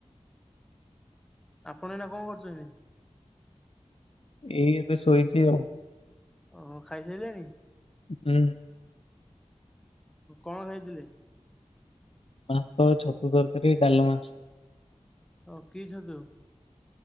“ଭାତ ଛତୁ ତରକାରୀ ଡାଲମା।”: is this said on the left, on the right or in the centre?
Left